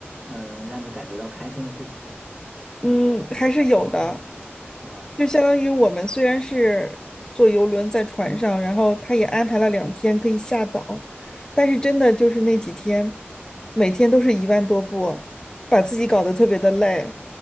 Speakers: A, on the right; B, on the left.
A: 嗯让你感觉到开心的事情？嗯，
B: 嗯，
A: 不管是风，
B: 还是有的。
A: 嗯
B: 就相当于我们虽然是坐游轮在船上，然后他也安排了两天可以下岛，但是真的就是那几天，每天都是一万多步，把自己搞得特别的累。